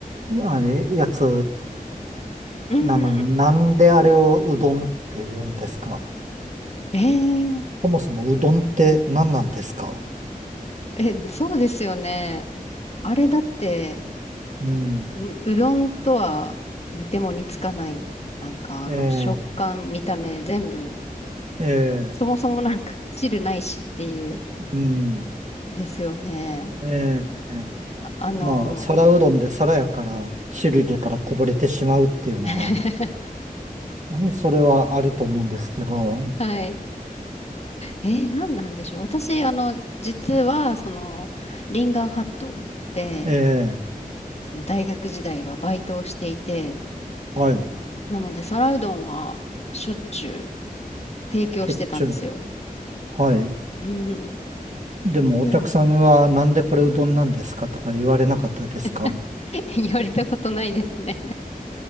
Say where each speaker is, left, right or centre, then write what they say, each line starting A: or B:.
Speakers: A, on the right; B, on the left.
A: あの、やつ
B: うん。
A: なのになんであれをうどんって言うんですか
B: えー、
A: そもそもうどんって何なんですか
B: え、そうですよね。あれだって、
A: うん。
B: んうどんとは似ても似つかない。なんかあの食感、
A: ええ
B: 見た目、全部、
A: ええ
B: そもそもなんか <laughs> 汁ないしっていう、
A: うん。
B: ですよね。
A: ええ
B: あの
A: まあ、皿うどんで皿やから汁入れたらこぼれてしまうっていうのが、
B: <laughs>、
A: うんそれはあると思うんですけど、
B: はい。えー、何なんでしょう。私、あの、実は、その、リンガーハットで、
A: ええ
B: その大学時代はバイトをしていて、
A: はい。
B: なので皿うどんはしょっちゅう提供してたんですよ。
A: しょっちゅう。はい。
B: うん。
A: でもお客さんはなんでこれうどんなんですかとか言われなかったですか
B: うん <laughs> 言われたことないですね。